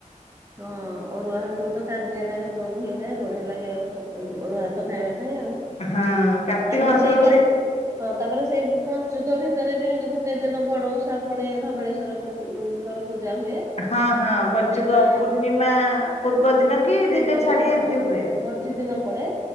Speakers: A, on the right (about 20°); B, on the left (about 50°).
A: ହଁ ଅରୁଆ ଭାତକୁ ତ କାନ୍ଦିଆଟା ହେତ ବୋଳୁକୁ ହେଇଥାଏ ବଢିଆ ଲାଗେ ଆଉ <unintelligible> ଅରୁଆ ଭାତ ଖାଇବା ପାଇଁ ଆଉ।
B: ହଁ
A: <inaudible>
B: କାର୍ତ୍ତିକ
A: ତାପରେ
B: ମାସ
A: ସେଇ
B: ବେଳକୁ
A: ଖା ହଁ ତାପରେ ସେ ବୁ ପଞ୍ଚୁକ ଭିତରେ ବି ଗୋଟେ ଦିନ ବଡ ଓଷା ପଡେ ଧବଳେଶ୍ୱର ପୂ ଙ୍କର ପୂଜା ହୁଏ।
B: ହଁ ହଁ ପଞ୍ଚୁକ
A: ସେଇଟା
B: ପୂର୍ଣ୍ଣିମା ପୂର୍ବ ଦିନ କି
A: ପୂର୍ବ
B: ଦିନେ ଛାଡି
A: ହଁ
B: ଏମିତି ହୁଏ।
A: <unintelligible> ଦିନ ପଡେ।